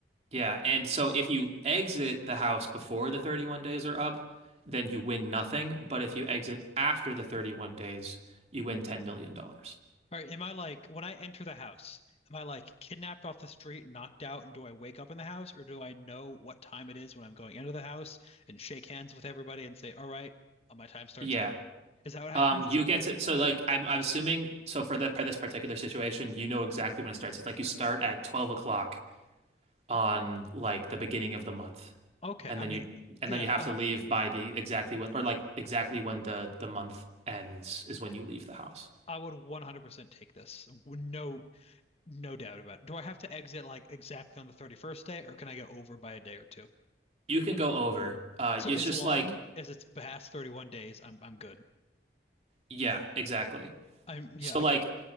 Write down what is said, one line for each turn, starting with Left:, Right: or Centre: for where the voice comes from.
Right: Yeah, and so if you exit the house before the 31 days are up, then you win nothing. But if you exit after the 31 days, you win $10 million. dollars.
Left: All right. Am I like, when I enter the house, am I like kidnapped off the street, knocked out, and do I wake up in the house, or do I know what time it is when I'm going into the house and shake hands with everybody and say, all right, uh, my time starts
Right: Yeah.
Left: now? Is that what happens?
Right: Um, you get to, so like I'm I'm assuming so for the for this particular situation, you know exactly when it starts. It's like you start at 12 o'clock on like the beginning of the month.
Left: Okay.
Right: And
Left: I
Right: then
Left: mean,
Right: you and
Left: yeah,
Right: then you have
Left: uh,
Right: to leave by the exactly when or like exactly when the the month ends is when you leave the house.
Left: I would 100% take this. No, no doubt about it. Do I have to exit like exactly on the 31st day, or can I go over by a day or two?
Right: You can go over. Uh,
Left: So
Right: it's
Left: as
Right: just
Left: long
Right: like
Left: as it's past 31 days, I'm I'm good.
Right: Yeah, exactly.
Left: I'm yeah,
Right: So
Left: again,
Right: like